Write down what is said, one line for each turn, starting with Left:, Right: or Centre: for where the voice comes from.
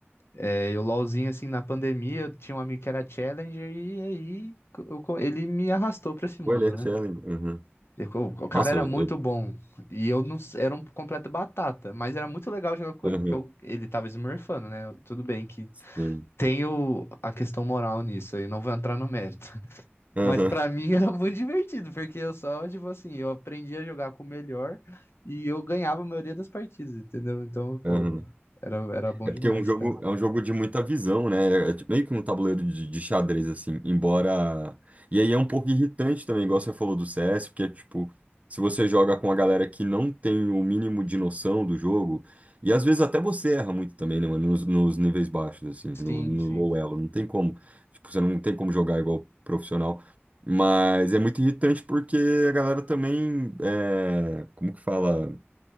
Left: é, eu LoLzinho, assim, na pandemia, eu tinha um amigo que era Challenger e aí eu co- ele me arrastou pra esse mundo,
Right: Pô, ele é
Left: né?
Right: challenge. Uhum.
Left: E O o cara
Right: Nossa,
Left: era
Right: eu.
Left: muito
Right: eu-
Left: bom e eu não s- era um completo batata, mas era muito legal jogar com
Right: Aham,
Left: ele, porque eu- ele tava smurfando, né? Tudo bem que
Right: sim.
Left: tem o- a questão moral nisso aí, não vou entrar no mérito. <laughs>
Right: Aham,
Left: Mas pra mim era muito divertido, porque eu só, tipo assim, eu aprendi a jogar com o melhor e eu ganhava a maioria das partidas, entendeu? Então, pô,
Right: aham.
Left: Aham. era, era bom
Right: É
Left: demais,
Right: porque é um jogo,
Left: cara. Divertido.
Right: é um jogo de muita visão, né? É é tipo- meio que um tabuleiro de, de xadrez, assim, embora. E aí é um pouco irritante também, igual você falou do CS, porque, tipo, se você joga com a galera que não tem o mínimo de noção do jogo, e às vezes até você erra muito também, né, mano? Nos, nos níveis baixos, assim,
Left: Sim,
Right: no, no
Left: sim.
Right: low elo. Não tem como. Tipo, você não tem como jogar igual profissional. Mas é muito irritante porque a galera também. é, como que fala?